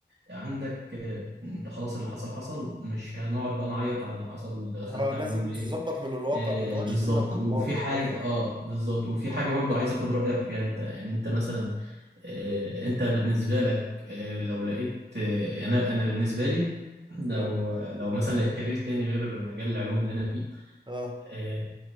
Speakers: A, on the right; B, on the right.
A: عندك آه، انت خلاص اللي حصل حصل مش هنقعد بقى نعيط على اللي حصل ده دخلت
B: اه لازم
A: علوم ليه
B: تظبط من الواقع
A: آه
B: ما تقعدش
A: بالظبط
B: تندم على
A: وفي
B: الماضي
A: حاجة
B: فاهم
A: اه بالظبط وفي حاجة برضو عايز اخد رأيك فيها انت يعني انت
B: م.
A: مثلا آه انت بالنسبة لك آه لو لقيت آه انا انا بالنسبة لي لو
B: اه
A: لو مثلا لقيت كارير تاني غير مجال العلوم اللي انا فيه
B: اه
A: آه،